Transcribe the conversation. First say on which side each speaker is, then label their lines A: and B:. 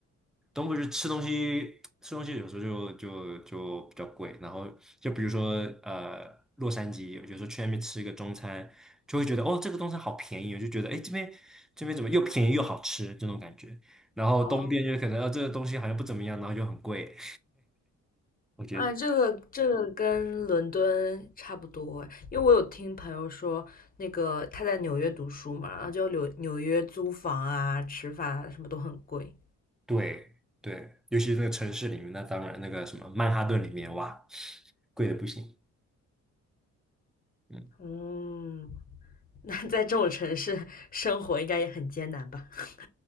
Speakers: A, in the centre; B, on the left.
A: 东部就吃东西，吃东西有时候就就就比较贵。然后就比如说呃，洛杉矶，有时候去那边吃一个中餐，就会觉得哦，这个中餐好便宜，我就觉得哎，诶这边这边怎么又便宜又好吃这种感觉。然后东边就可能啊，
B: 哦，
A: 这个东西好像不怎么样，然后又很贵。我觉得
B: 啊，这个这个跟伦敦差不多诶，因为我有听朋友说，那个他在纽约读书嘛，然后就纽纽约租房啊、吃饭啊什么都很贵。
A: 对对，尤其是那个城市里面，那当然那个什么曼哈顿里面，哇，贵的不行。嗯
B: 嗯，<laughs> 那在这种城市生活应该也很艰难吧？<laughs>